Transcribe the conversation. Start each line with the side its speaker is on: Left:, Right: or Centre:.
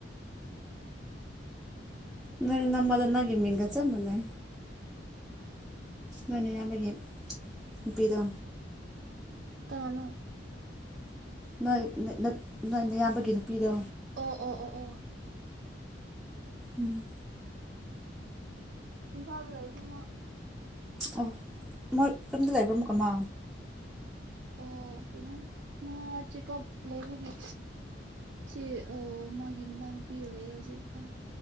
Centre: ꯅꯪ ꯅꯃꯗꯣ ꯅꯪꯒꯤ ꯃꯤꯡꯒꯠ ꯆꯝꯕꯅ ꯅꯪꯅꯦ ꯅꯃꯒꯤ ꯅꯨꯄꯤꯔꯣ
Right: ꯀꯅꯥꯅꯣ
Centre: ꯅꯣꯏ ꯅꯣꯏ ꯅꯌꯥꯝꯕꯒꯤ ꯅꯨꯄꯤꯗꯣ
Right: ꯑꯣ ꯑꯣ ꯑꯣ ꯑꯣ
Centre: ꯎꯝ
Right: ꯏꯝꯐꯥꯜꯗ ꯂꯩꯅꯃ
Centre: ꯑ ꯃꯣꯏ ꯌꯝꯗ ꯂꯩꯕ꯭ꯔꯣꯝ ꯀꯃ
Right: ꯑꯣ ꯀꯣꯏꯩꯅꯣ ꯃꯥ ꯆꯦꯛꯑꯞ ꯂꯩꯕꯒꯤ ꯁꯦ ꯃꯥꯒꯤ ꯃꯅꯥ ꯄꯤꯔ ꯂꯩ ꯍꯧꯖꯤꯛ ꯀꯥꯟ